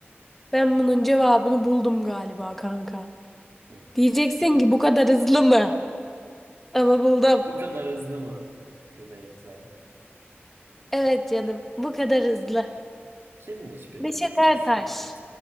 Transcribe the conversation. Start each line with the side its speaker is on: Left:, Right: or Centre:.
Centre: Ben bunun cevabını buldum galiba kanka.
Right: Hı.
Centre: Diyeceksin ki bu kadar hızlı mı? Ama buldum.
Right: Bu kadar hızlı mı Rümeyza?
Centre: Evet canım, bu kadar hızlı.
Right: Kimmiş peki
Centre: Neşet
Right: bu isim?
Centre: Ertaş.